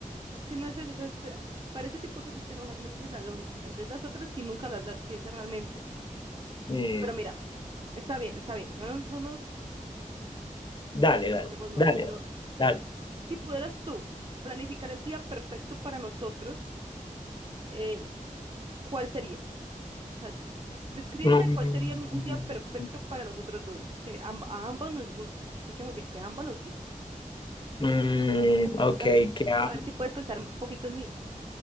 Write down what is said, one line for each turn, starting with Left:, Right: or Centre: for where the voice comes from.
Right: Es que no es eso, o sea, este- para ese tipo de cosas si te enojas, si no tienes la lógica, en vez de las otras si nunca las, las piensas realmente.
Left: Mm,
Right: Pero mira, está bien, está bien, no nos, no nos
Left: dale, dale,
Right: juremos más.
Left: dale,
Right: Lo-
Left: dale, dale.
Right: si pudieras tú planificar el día perfecto para nosotros, eh, ¿cuál sería? O sea, descríbeme
Left: Mm,
Right: cuál sería un, un día perfecto para nosotros dos, que amb- a ambos nos guste. Escucha muy bien, que a ambos nos guste.
Left: mm, ok,
Right: También,
Left: ¿qué ha-
Right: a ver si puedes pensar un poquito en mí.